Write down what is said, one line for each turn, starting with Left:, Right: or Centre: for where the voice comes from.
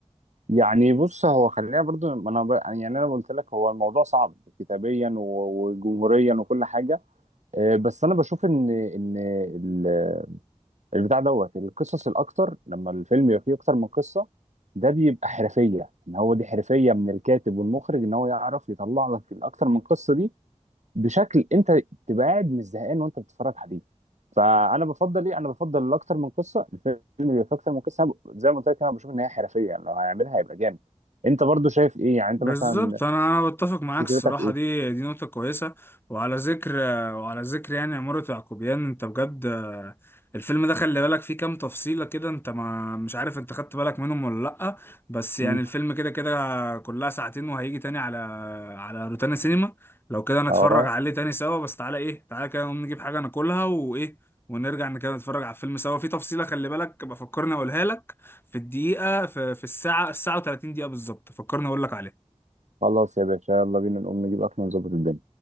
Right: يعني بص هو خلينا برضو ما انا ب... يعني انا قلت لك هو الموضوع صعب كتابيا و- وجمهوريا وكل حاجه آه، بس انا بشوف ان ان ال- البتاع دوت القصص الاكتر لما الفيلم يبقى فيه اكتر من قصه ده بيبقى حرفيه ان هو دي حرفيه من الكاتب والمخرج ان هو يعرف يطلع لك الاكتر من قصه دي بشكل انت تبقى قاعد مش زهقان وانت بتتفرج عليه فانا بفضل ايه انا بفضل اكتر من قصه الفيلم اللي فيه اكتر من قصه أنا زي ما قلت لك انا بشوف ان هي حرفيه يعني لو هيعملها هيبقى جامد انت برضو شايف ايه يعني انت
Left: بالظبط
Right: مثلا
Left: انا انا بتفق معاك
Right: فكرتك
Left: الصراحه
Right: ايه
Left: دي دي نقطه كويسه وعلى ذكر وعلى ذكر يعني عماره يعقوبيان انت بجد آه، الفيلم ده خلي بالك فيه كام تفصيله كده انت ما مش عارف انت خدت بالك منهم ولا لا بس
Right: مم.
Left: يعني الفيلم كده كده كلها ساعتين وهيجي تاني على على روتانا سينما لو كده نتفرج
Right: اه
Left: عليه تاني سوا بس تعالى ايه تعالى كده نقوم نجيب حاجه ناكلها وايه ونرجع كده نتفرج على الفيلم سوا في تفصيله خلي بالك بفكرني اقولها لك في الدقيقه في, في الساعه الساعه و30 دقيقه بالظبط فكرني اقول لك عليها
Right: خلاص يا باشا يلا بينا نقوم نجيب اكل ونظبط الدنيا